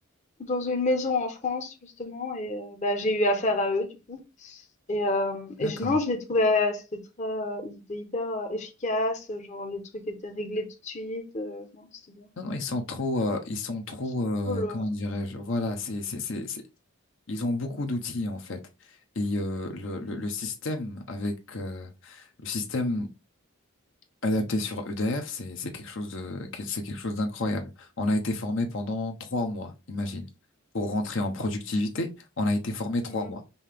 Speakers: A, on the left (about 35°); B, on the left (about 60°).
A: dans une maison en France justement et heu, bah, j'ai eu affaire à eux du coup et hem et
B: D'accord.
A: je non, je les trouvais, heu, c'était très, heu, ils étaient hyper, heu, efficaces, heu, genre les trucs étaient réglés tout de suite, heu, non, c'était bien.
B: Non non, ils sont trop, euh, ils sont trop,
A: c'est
B: euh,
A: cool, heu,
B: comment dirais-je? Voilà, c'est c'est c'est c'est- ils ont beaucoup d'outils en fait. Et euh, le,
A: mmh,
B: le le système avec euh, le système adapté sur EDF, c'est c'est quelque chose de que- c'est quelque chose d'incroyable. On a été formé pendant trois mois, imagine. Pour rentrer en productivité, on a été formé trois
A: mmh
B: mois.